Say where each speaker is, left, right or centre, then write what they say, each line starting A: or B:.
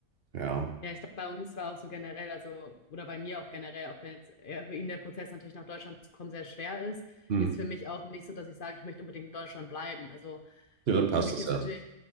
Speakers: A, on the right; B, on the left.
A: ja.
B: Ja, ich glaube, bei uns war auch so generell, also, oder bei mir auch generell, auch wenn jetzt äh, für ihn der Prozess natürlich nach Deutschland zu kommen sehr schwer ist,
A: Hm.
B: ist für mich auch nicht so, dass ich sage, ich möchte unbedingt in Deutschland bleiben. Also
A: Ja, dann passt
B: für mich
A: das
B: ist
A: ja.
B: natürlich,